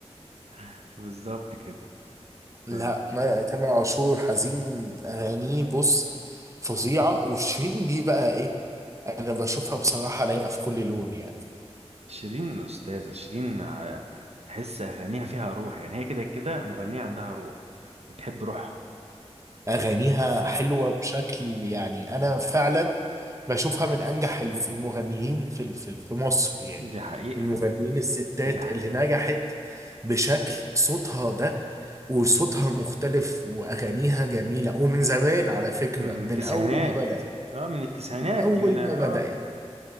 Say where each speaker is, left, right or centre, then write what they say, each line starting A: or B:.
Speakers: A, on the right; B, on the right.
A: <laughs> بالظبط كده
B: لا
A: ف-
B: ما تامر عاشور حزين اغانيه بص فظيعه وشيرين دي بقى ايه انا بشوفها بصراحه لايقه في كل لون يعني
A: شيرين أستاذة شيرين ع- تحس أغانيها فيها روح يعني هي كده كده مغنية عندها روح تحب روحها
B: اغانيها
A: اه
B: حلوه بشكل يعني انا فعلا بشوفها من انجح ال- المغنيين في ال- في في مصر يعني
A: دي حقيقة
B: المغنيين الستات
A: دي حقيقة
B: اللي نجحت بشكل صوتها ده وصوتها مختلف واغانيها جميله ومن
A: آه،
B: زمان على فكره
A: م- من
B: من
A: التسعينات
B: اول ما بدأ
A: اه من التسعينات
B: من اول
A: دي من اه
B: ما بدأت